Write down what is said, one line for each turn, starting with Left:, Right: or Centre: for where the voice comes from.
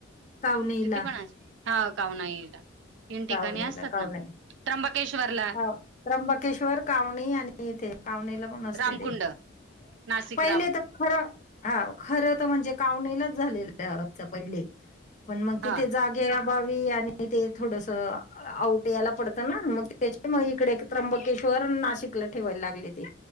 Left: कावनीला
Right: तिथे पण आज हा <unintelligible> ला तीन ठिकाणी
Left: कावनीला
Right: असतात
Left: कावनी
Right: ना त्र्यंबकेश्वरला,
Left: हो. त्र्यंबकेश्वर कावनई आणि येथे कावनई ला पण असते
Right: रामकुंड
Left: ते,
Right: नाशिक
Left: पहिले
Right: राम
Left: तर खरं. हा खरं तर म्हणजे कावनाईलाच झालेलं पहिले. पण मग
Right: हा
Left: तिथे जागे अभावी आणि ते थोडस आऊट याला पडतं, तर ना मग त्याच्या मग इकडे त्र्यंबकेश्वर अन् नाशिकला ठेवायला लागले ते.